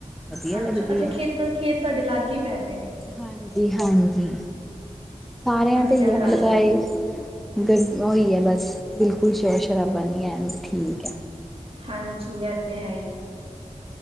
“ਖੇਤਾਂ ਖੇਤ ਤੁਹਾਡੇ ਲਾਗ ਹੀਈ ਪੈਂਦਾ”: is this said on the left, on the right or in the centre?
Right